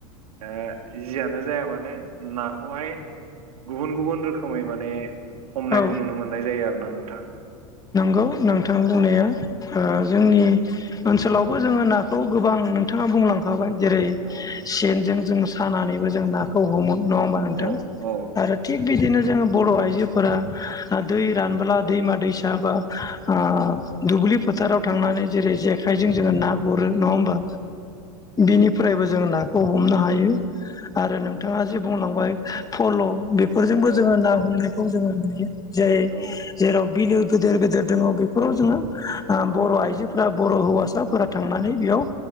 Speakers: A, on the right (about 85°); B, on the left (about 20°).
A: दा जियानो जाया मानो नाखौहाय गुबुन गुबुन रोखोमै माने हमनायखौ
B: औ
A: नुनो मोननाय जायो आरो ना नोंथां।
B: नंगौ नोंथां बुंनाया
A: ओ औ
B: ओ जोंनि ओनसोलावबो जोङो नाखौ गोबां नोंथाङा बुंलांखाबाय। जेरै
A: औ
B: सेनजों जों सानानैबो जों नाखौ हमो नङा होमबा नोंथां?
A: औ औ
B: आरो थिग बिदिनो जोङो बर' आइजोफोरा दै रानब्ला दैमा दैसा बा ओ दुब्लि फोथाराव थांनानै जेरै जेखाइजों जोङो ना गुरो नङा होमबा?
A: <inaudible>
B: बिनिफ्रायबो
A: औ
B: जोंङो नाखौ हमनो हायो आरो नों नोंथाङा जि बुंलांबाय फल' बेफोरजोंबो
A: औ
B: जोङो ना हमनायखौ जोङो नुयो। जेरै
A: औ
B: जेराव बिलो गिदिर गिदिर दङ बेफोराव जोङो आ
A: औ
B: बर' आइजोफोरा बर' हौवासाफोरा थांनानै बेयाव